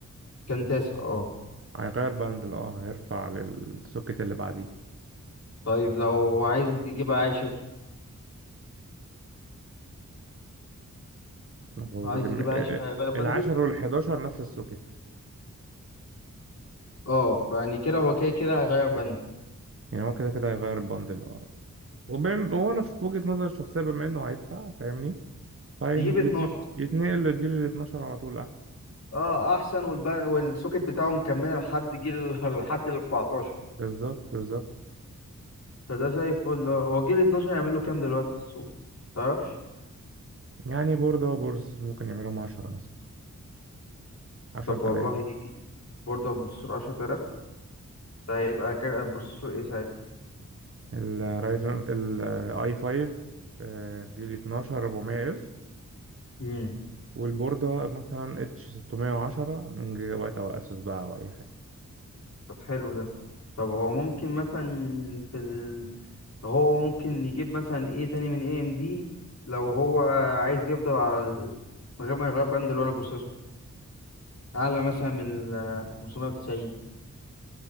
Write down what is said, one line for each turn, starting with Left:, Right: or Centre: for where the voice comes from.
Left: كان تاسع اه
Right: هيغير بندل اه هيرفع للسوكت اللي بعديه
Left: طيب لو عايز يجيب 10
Right: هو
Left: لو عايز
Right: الم-
Left: يجيب
Right: آه،
Left: 10
Right: آه،
Left: هيغير بندل
Right: العاشر والحداشر نفس السوكت
Left: اه فيعني كده هو كده كده هيغير بندل
Right: يعني هو كده كده هيغير البندل اه وبم- وانا في وجهة نظري الشخصية بما انه هيدفع فاهمني فين-
Left: يجيب 12
Right: يتن- يتنقل للجيل ال 12 على طول احسن
Left: اه احسن والبن... والسوكت بتاعه مكمله لحد جيل لحد ال 14
Right: بالظبط بالظبط
Left: فده زي الفل اه. هو جيل 12 يعمل له كام دلوقتي في السوق تعرفش
Right: يعني بوردة وبروسيسور ممكن يعملهم 10 مثلا 10000
Left: طب والله إيه؟ برضه بروسيسور 10000 ده هيبقى كا- بروسيسور ايه ساعتها
Right: الرايزن الاي 5 جيل 12 400 اف
Left: امم
Right: والبوردة مثلا اتش 610 من جيجا بايت او اسوس بقى او اي حاجة
Left: طب حلو ده طب هو ممكن مثلا في ال... هو ممكن يجيب مثلا ايه تاني من اي ام دي لو هو عايز يفضل على ال... من غير ما يغير بند ولا بروسيسور اعلى مثلا من ال 590